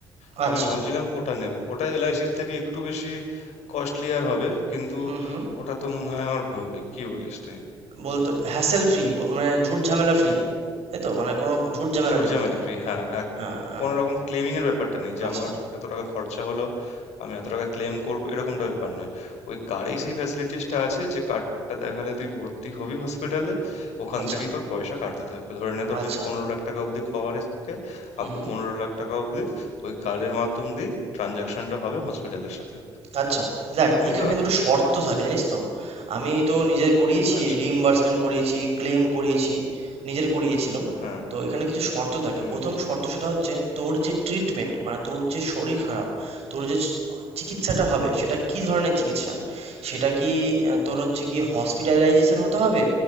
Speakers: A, on the left (about 65°); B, on the right (about 55°).
A: তো
B: আচ্ছা
A: আমি ভাবছিলাম ওটা নেব ওটা এলআইসির থেকে একটু বেশি কস্টলি আর হবে কিন্তু
B: হুম হুম
A: ওটা তো মনে হয় আমার হবে কি বলিস তুই
B: বলতে হ্যাসেল ফ্রি মানে ঝুট ঝামেলা ফ্রি তাই তো মানে কোনো ঝুট ঝামেলা
A: ঝুট
B: নেই
A: ঝামেলা
B: ওতে
A: ফ্রি হ্যাঁ এক
B: হ্যাঁ হ্যাঁ
A: কোনো রকম ক্লেমিং এর ব্যাপারটা নেই যে
B: আচ্ছা
A: আমার এত টাকা খরচা হলো আমি এত টাকা ক্লেম করব এরকমটা ব্যাপার নয় ওই কার্ডেই সেই ফ্যাসিলিটিসটা আছে যে কার্ডটা দেখালে তুই ভর্তি হবি হসপিটালে ওখান
B: আচ্ছা
A: থেকেই তোর পয়সা কাটতে থাকবে ধরে নে তোর
B: আচ্ছা
A: যদি পনেরো লাখ টাকা অবধি কভারেজ থাকে,
B: হুম
A: আপ
B: হুম
A: টু পনেরো লাখ টাকা অবধি ওই কার্ডের মাধ্যম দিয়েই ট্রানজাকশনটা হবে হসপিটালের সাথে
B: আচ্ছা দেখ
A: বুঝতে
B: এখানে
A: পারলিস
B: দুটো শর্ত থাকে জানিস তো আমি তো নিজের করিয়েছি
A: আচ্ছা
B: রিইম্বার্সমেন্ট করিয়েছি ক্লেম করিয়েছি নিজের করিয়েছিলাম
A: হ্যাঁ,
B: তো এখানে কিছু শর্ত থাকে
A: হুম,
B: প্রথম
A: হুম।
B: শর্ত সেটা হচ্ছে তোর যে ট্রিটমেন্ট মানে তোর যে শরীর খারাপ তোর যে চ- চিকিৎসাটা হবে সেটা কি ধরনের চিকিৎসা সেটা কি আহ, তোর হচ্ছে কি হসপিটালাইজেশন হতে হবে